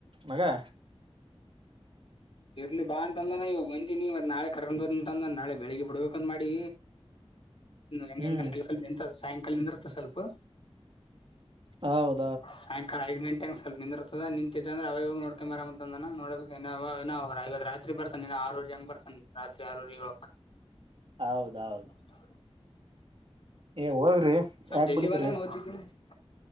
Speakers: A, on the right; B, on the left.
A: ಮಗಾ.
B: ಇರ್ಲಿ ಬಾ ಅಂತಂದನಾ ಇವ ಬಂದಿ ನೀ ಮತ್ತ ನಾಳೆ ಕರ್ಕೊಂಡ ಹೋಗಿ ತಂದ ನಾಳೆ ಬೆಳಿಗ್ಗೆ ಬಿಡ್ಬೇಕಂದ ಮಾಡಿ. ಹೆಂಗಂಗ
A: ಹ್ಮ್
B: ಸ್ವಲ್ ನಿಂತದ ಸಾಯಂಕಾಲ ನಿಂದರ್ತ್ತದ ಸ್ವಲ್ಪ.
A: ಹೌದ
B: ಸಾಯ ಕಾಲಾ ಐದ ಗಂಟೆ ಸ್ವಲ್ಪ ನಿಂದರ್ತದ ನಿಂತಿದ್ದ ಅಂದ್ರ ಅವಾಗ ಹೋಗಿ ನೋಕೊಂಡಬರಮಾ ಅಂದಾನ ನೋಡಬೇಕ ಇನ್ನು ಅವಾಗ ರೆಲ್ವೇದ್ರಾಗ. ತ್ರಿ ಬರ್ತಾನ ಇನ ಆರೂವರಿ ಹಂಗ ಬರ್ತಾನ ರಾತ್ರಿ ಆರೂವರಿ ಏಳುಕ್ಕ.
A: ಹೌದ ಹೌದ
B: ತೌ
A: ಏ ಹೋಗ್ರಿ.
B: ಸ್ವಲ್ಪ
A: ಯಾಕ್
B: ಜಲ್ದಿ
A: ಬಿಡದ್ರಿ
B: ಬಂದ್ರ ಮುಗಿತೇತಿ